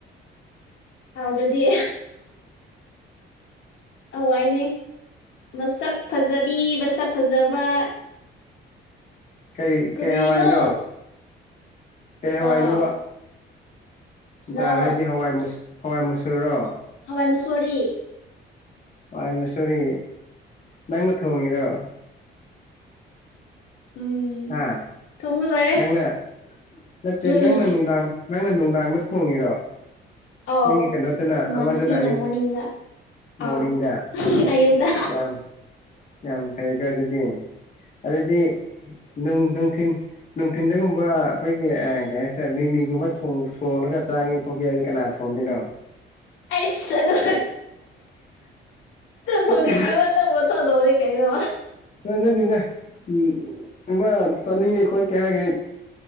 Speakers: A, on the left (about 80°); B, on the left (about 40°).
A: ꯍꯥꯎꯗ꯭ꯔꯗꯤ ꯑꯋꯥꯏꯅꯦ ꯃꯁꯛ ꯐꯖꯕꯤ ꯃꯁꯛ ꯐꯖꯕ
B: ꯀꯩ
A: ꯀꯔꯤꯅꯣ
B: ꯀꯩ ꯍꯋꯥꯏꯅꯣ ꯑꯦ ꯍꯋꯥꯏꯅꯣꯧꯕ
A: ꯗꯥꯎ
B: ꯗꯥꯏꯗꯤ
A: ꯗꯥꯎ
B: ꯍꯋꯥꯏ ꯃꯨꯁ ꯍꯋꯥꯏ ꯃꯨꯆꯁꯨꯔꯣ
A: ꯍꯋꯥꯏ ꯃꯁꯔꯤ
B: ꯑꯥꯢꯑꯦꯝꯑ ꯁꯣꯔꯤ ꯅꯪꯅ ꯊꯣꯡꯉꯤꯔꯣ
A: ꯎꯝ
B: ꯍꯥ
A: ꯊꯣꯡꯕ ꯂꯣꯏꯔꯦ
B: ꯅꯪꯅ ꯅꯠꯇꯦ
A: ꯎꯝ
B: ꯅꯪꯅ ꯅꯨꯡꯗꯥꯡ ꯅꯪꯅ ꯅꯨꯡꯗꯥꯡ ꯊꯣꯡꯉꯤꯔꯣ
A: ꯑꯥꯎ
B: ꯅꯪꯒꯤ ꯀꯩꯅꯣꯗꯨꯅ
A: ꯏꯃꯥꯟꯅꯕꯤꯅ
B: ꯑꯃꯗꯨꯅ ꯑꯌꯨꯛ
A: ꯃꯣꯔꯅꯤꯡꯗ
B: ꯃꯣꯔꯅꯤꯡꯗ
A: ꯑꯥꯎ ꯑꯌꯨꯛꯇ
B: ꯑꯁ ꯌꯥꯝ ꯌꯥꯝ ꯐꯩꯀꯣ ꯑꯗꯨ ꯗꯤ ꯑꯗꯨꯗꯤ ꯅꯨꯡ ꯅꯨꯡꯊꯤꯟ ꯅꯨꯡꯊꯤꯟꯗꯒꯨꯝꯕ ꯑꯩꯈꯣꯏꯒꯤ ꯀꯩ ꯍꯥꯏꯁꯤꯔꯦ ꯃꯤꯃꯤꯒꯨꯝꯕ ꯊꯣꯡꯉꯒ ꯆꯥꯉ ꯈꯣꯠꯀ ꯑꯗꯨ ꯀꯅꯥꯅ ꯊꯣꯡꯗꯣꯏꯅꯣ
A: ꯑꯩꯁ ꯑꯗꯨꯗ ꯊꯣꯡꯅꯤꯡꯅꯦꯕ
B: ꯅꯠꯇꯦ
A: ꯑꯗꯨꯝ ꯃꯊꯣꯡꯗꯧꯕꯅꯤ ꯀꯩꯅꯣ
B: ꯅꯪ <unintelligible> ꯀꯩ ꯍꯥꯏꯒꯅꯤ